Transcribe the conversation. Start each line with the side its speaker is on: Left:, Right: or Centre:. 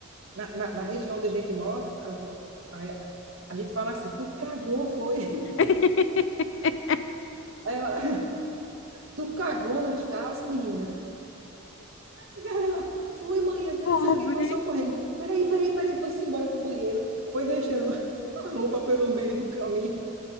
Right: na, na, na região onde a gente mora, a, a, a gente fala assim, tu cagou, foi?
Left: <laughs>
Right: <laughs> Aí Ela, tu cagou nas calças, menina? E ela foi, mãe, que não
Left: A
Right: sei
Left: pobre,
Right: o que, passou correndo. Peraí, peraí, peraí, foi-se embora pro banheiro, foi deixando <laughs> a roupa pelo meio do caminho,